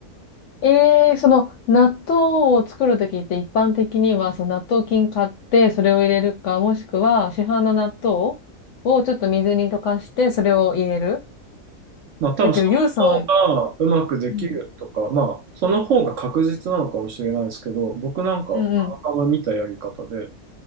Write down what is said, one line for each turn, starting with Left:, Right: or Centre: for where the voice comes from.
Left: ええその納豆を作るときって一般的にはその納豆菌買ってそれを入れるか、もしくは市販の納豆をちょっと水に溶かしてそれを入れる。
Right: まあ多分その方がうまくできるとか、
Left: だけど、ゆうさんは、うん。
Right: まあその方が確実なのかもしれないですけど、僕なんか
Left: うんうん。
Right: たまたま見たやり方で、